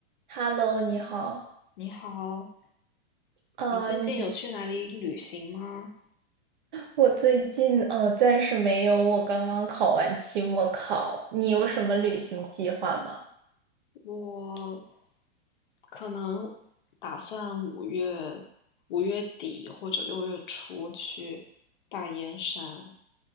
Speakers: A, on the right; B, on the left.
A: Hello，你好。
B: 你好，
A: 呃，
B: 你最近有去哪里旅行吗？
A: 你我最近呃暂时没有，我刚刚考完期末考。你有什么旅行计划吗？
B: 我可能打算五月五月底或者六月初去大燕山。